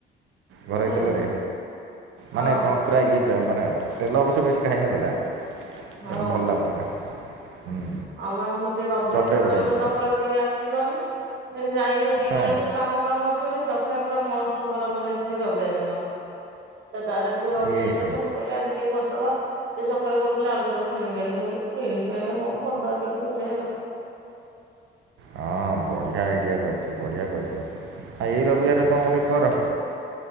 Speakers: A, on the right; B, on the right.
A: କହିଦେଲ
B: ଘରୋଇ ତେଲରେ
A: ହଁ
B: ମାନେ କଁ। ପୁରା ଇଏ ତ ମାନେ ତେଲ ଅବଶ୍ୟ ବେଶି ଖାଇନଥିଲା
A: ହଁ।
B: ତେଣୁ ଭଲ ଲାଗୁଥିଲା। ହୁଁ
A: ହଁ ବା ମୁଁ ସେ ରବିବାର
B: ଚପ୍
A: ଦିନ
B: ଟା ବି ବଢ଼ିଆ
A: ତମେ ତ
B: ଥିଲା।
A: ସକାଳୁ କେହି ଆସିଲନି ସେ ଯାଇଲୁ ଦିଟା
B: ହଁ
A: ବେଳକୁ। କାମ କାମ ଅଛି ବୋଲି ସକାଳେ ପୁରା ମସ୍ତ ବରା ବନେଇଥିଲି ରବିବାର ଦିନ। ବାର ଟିକେ ରହିଯାଇଥିଲା
B: ଏ ହେ
A: ତ ମୁଁ କହିଲି ଆଜି ଟିକେ କରିଦବା ସେ ସକାଳେ କହୁଥିଲେ ଆଳୁ ଚପ କିଣିିକି ଆଣିବବୋଲି କିଣି କିଆଣିବ କଣକରି ଦବା ଟିକେ ବୋଧେ।
B: ହଁ ବଢ଼ିଆ ଆଇଡ଼ିଆ କରିଚି ବଢ଼ିଆ କରିଥିବ ଆଉ ଏଇ ରବିବାରରେ କଣ ଟୋଟେ କର।